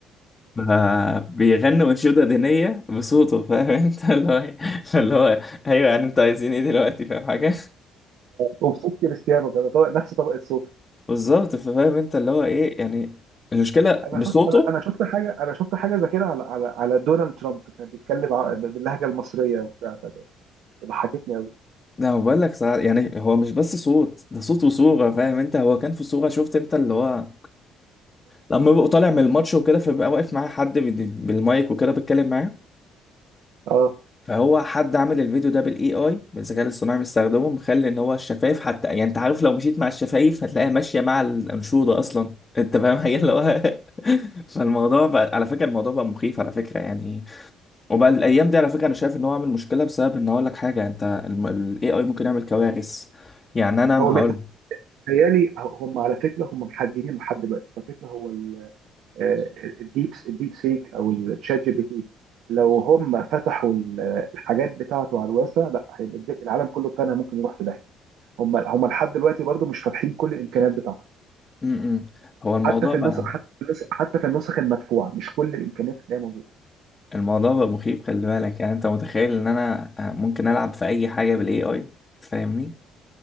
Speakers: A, on the left (about 30°); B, on the right (about 75°).
A: آه بيغني أنشودة دينية بصوته فاهم أنت <laughs> اللي هو إيه؟ اللي هو أيوه يعني أنتوا عايزين إيه دلوقتي فاهم حاجة
B: وبصوت كريستيانو كمان طبق نفس طبقه صوته
A: بالظبط فاهم أنت اللي هو إيه يعني المشكلة
B: انا
A: بصوته
B: شفت انا انا شفت حاجه انا شفت حاجه زي كده على على على دونالد ترامب كان بيتكلم ع- باللهجه المصريه وبتاع فده ضحكتني قوي
A: لا هو بقول لك صراحة- يعني هو مش بس صوت ده صوت وصورة فاهم أنت هو كان في صورة شفت أنت اللي هو لما ببقى طالع من الماتش وكده فبيبقى واقف معاه حد من- بالمايك وكده بتكلم معاه
B: اه
A: فهو حد عامل الفيديو ده بالاي اي بالذكاء الاصطناعي مستخدمه مخلي ان هو الشفايف حتى يعني انت عارف لو مشيت مع الشفايف هتلاقيها ماشيه مع الانشوده اصلا <laughs> انت فاهم حاجه اللي هو <laughs> فالموضوع بقى على فكره الموضوع بقى مخيف على فكره يعني وبقى الايام دي على فكره انا شايف ان هو عامل مشكله بسبب ان اقول لك حاجه انت الاي اي ممكن يعمل كوارث يعني انا
B: هو
A: هقول
B: بيت- تخيلي هم على فكره هم محججين لحد دلوقتي على فكره هو ال- آه، الديب الديب سيك او الشات جي بي تي لو هم فتحوا ال- الحاجات بتاعته على الواسع لا هيبقى الد- العالم كله بتاعنا ممكن يروح في داهيه هم هم لحد دلوقتي برضو مش فاتحين كل الامكانيات بتاعته
A: م- م. هو الموضوع
B: حتى في
A: بقى
B: النسخ حتى في النسخ حتى في النسخ المدفوعه مش كل الامكانيات اللي هي موجوده
A: الموضوع بقى مخيف خلي بالك يعني انت متخيل ان انا آه، ممكن العب في اي حاجه بالاي اي تفهمني